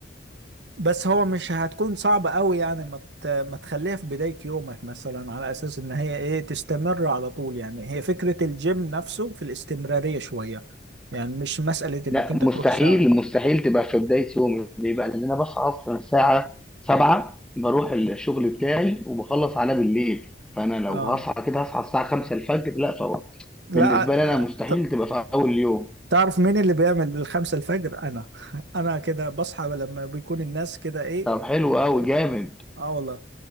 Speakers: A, on the right; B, in the centre.
A: بس هو مش هتكون صعبة قوي يعني ما ت- ما تخليها في بداية يومك مثلا على اساس ان هي ايه تستمر على طول يعني هي فكرة الجيم نفسه في الاستمرارية شوية يعني مش مسألة انك
B: لا
A: انت
B: مستحيل
A: تروح ساعة
B: مستحيل تبقى في بدايه يومي ليه بقى لان انا بصحى اصلا الساعه 7 بروح الشغل بتاعي وبخلص على بالليل فانا لو
A: اه
B: هصحى كده هصحى الساعه 5 الفجر لا طبعا
A: لا
B: بالنسبه لي انا
A: آه،
B: مستحيل تبقى في اول يوم
A: تعرف مين اللي بيعمل الخمسة الفجر انا <laughs> انا كده بصحى لما بيكون الناس كده ايه
B: طب حلو قوي جامد
A: اه آه والله